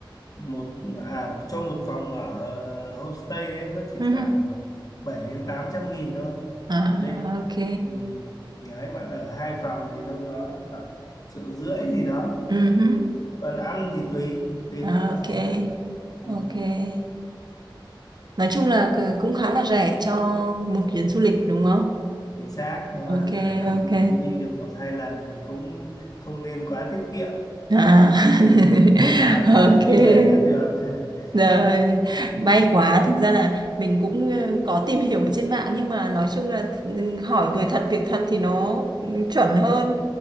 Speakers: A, on the left; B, on the right.
A: một à cho một phòng ở ờ, homestay đấy nó chỉ
B: ừ,
A: khoảng
B: hứ.
A: bảy đến tám trăm nghìn thôi
B: à,
A: một đêm
B: ok,
A: ừ. đấy bạn ở hai phòng thì đâu đó nó khoảng triệu rưỡi gì đó
B: ừ, hứ.
A: còn ăn thì tùy tùy
B: À,
A: mình thôi
B: ok,
A: ừ.
B: ok. Nói chung là c- cũng khá là rẻ cho một chuyến du lịch đúng không?
A: chính xác nếu
B: Ok,
A: mà cả năm
B: ok.
A: mình đi đi được một hai lần thì cũng không nên quá tiết kiệm
B: À.
A: ừ.
B: <laughs>
A: thoải mái
B: Ok.
A: vui vẻ là được <laughs>
B: Rồi, may quá. Thực ra là mình cũng ờ, có tìm hiểu ở trên mạng nhưng mà nói chung là ừ, hỏi người thật việc thật thì nó ừ, chuẩn hơn.